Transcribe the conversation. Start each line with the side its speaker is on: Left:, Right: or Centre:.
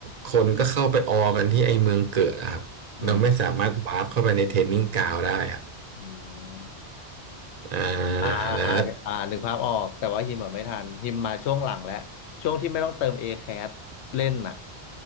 Right: คนก็เข้าไปออกันที่ไอเมืองเกิดอะครับเราไม่สามารถวาร์ปเข้าไปในเทรนนิ่งกราวด์ได้อะ
Left: อืม อืม
Right: อ่า
Left: อ่าอ่าอ่านึกภาพออกแต่ว่าฮิมอ่ะไม่ทันฮิมมาช่วงหลังแล้วช่วงที่ไม่ต้องเติม
Right: แล้ว
Left: a แค t เล่นน่ะ